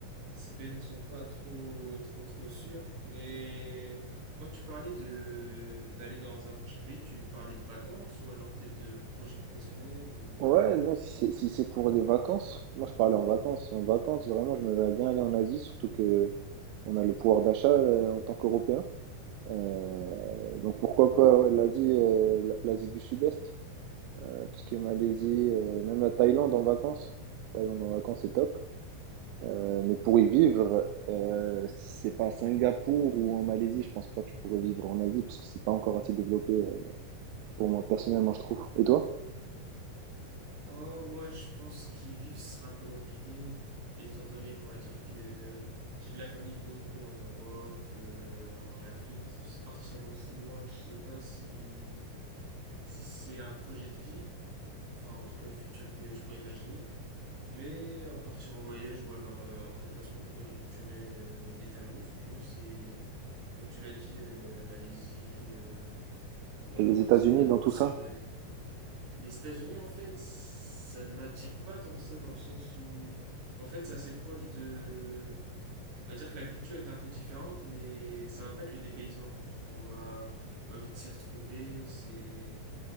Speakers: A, on the right; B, on the right.
A: ces pays ne sont pas trop trop trop sûrs. Mais quand tu parlais de d'aller dans un prochain pays, tu parlais de vacances ou alors peut-être de projets professionnels ou...
B: Ouais, non, si c'est si c'est pour des vacances, moi je parlais en vacances. En vacances, vraiment, je me verrais bien aller en Asie, surtout que on a le pouvoir d'achat euh, en tant qu'Européens. Euh, donc pourquoi pas ouais, l'Asie, euh, l'Asie du Sud-Est, euh, tout ce qui est Malaisie, euh, même la Thaïlande en vacances. Thaïlande en vacances, c'est top. Euh, mais pour y vivre, euh, si c'est pas à Singapour ou en Malaisie, je pense pas que je pourrais vivre en Asie parce que c'est pas encore assez développé euh, pour moi personnellement, je trouve. Et toi?
A: Oh, moi, je pense qu'y vivre ce sera un peu compliqué, étant donné qu'on va dire que j'ai de la famille beaucoup en Europe, euh, en Afrique. S- Partir aussi loin, je sais pas si, si c'est un projet de vie, enfin, en tout cas, futur que je pourrais imaginer. Mais euh, partir en voyage ou alors euh, en déplacement pour une durée euh, déterminée, franchement, c'est, comme tu l'as dit, euh, la Malaisie euh, ou
B: Et
A: alors
B: les États-Unis
A: euh, Singapour
B: dans tout
A: sont
B: ça?
A: des, les États-Unis, en fait, ça ne m'attire pas tant que ça dans le sens où, en fait, c'est assez proche de. On va dire que la culture est un peu différente, mais ça va pas être le dépaysement. On va, on va vite s'y retrouver. C'est,